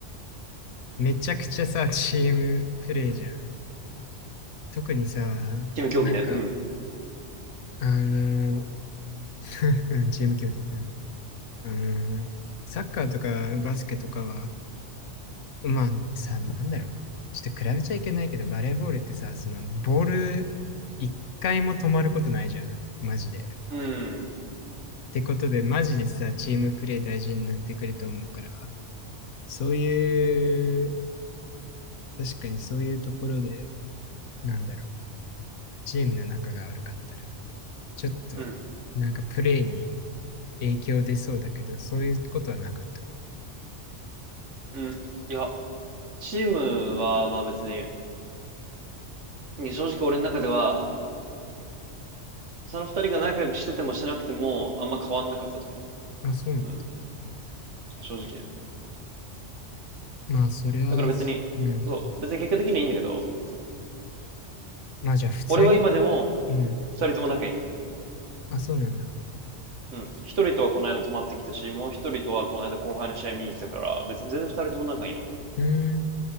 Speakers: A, on the left (about 85°); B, on the right (about 80°).
A: う。めちゃくちゃさ、チームプレーじゃん。特にさ、
B: チーム競技ね。
A: なんか、
B: うん。
A: あの、<laughs> うんチーム競技。うん。あの、サッカーとかバスケとかは、まあさ、なんだろう。ちょっと比べちゃいけないけど、バレーボールってさ、その、ボール、一回も止まることないじゃん。マジで。
B: うん。
A: ってことで、マジでさ、チームプレー大事になってくると思うから、そういう、確かにそういうところで、なんだろう。チームの仲が悪かったら、ちょっと、
B: うん。
A: なんかプレーに影響出そうだけど、そういうことはなかった
B: うん。いや、チームは、まあ別に、正直俺の中では、その二人が仲良くしててもしてなくても、あんま変わんなかったと思
A: なあ、そうなんだ。
B: う。うん。正直ね。
A: まあ、それは、
B: だから別に、
A: うん。
B: そう。別に結果的にいいんだけど、
A: まあ、じゃあ、普通に、
B: 俺は今でも
A: うん。
B: 二人とも仲いいの。
A: あ、そうなんだ。
B: うん。一人とはこの間泊まってきたし、もう一人とはこの間後輩の試合見に行ったから、別に全然二人とも仲いいの。
A: うーん。